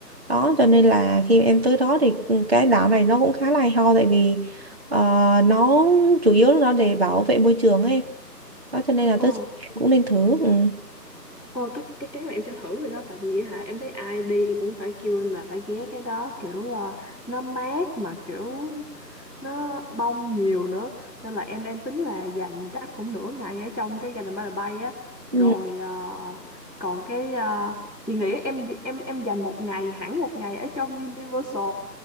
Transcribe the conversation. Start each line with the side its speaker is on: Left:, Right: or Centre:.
Right: đó cho nên là khi em tới đó thì ừ, cái đảo này nó cũng khá là hay ho tại vì ờ, nó chủ yếu là nó để bảo vệ môi trường ấy đó cho nên là
Centre: Ồ.
Right: tới em cũng nên thử ừ.
Centre: Ồ, tất chắc chắn là em sẽ thử rồi đó tại vì hả em thấy ai đi cũng phải kêu là phải ghé cái đó kiểu ờ, nó mát mà kiểu nó bông nhiều nữa nên là em đang tính là dành chắc cũng nửa ngày ở trong cái Garden by the Bay á
Right: Ừ.
Centre: rồi ờ, còn cái ờ, chị nghĩ em em em dành một ngày hẳn một ngày ở trong Universal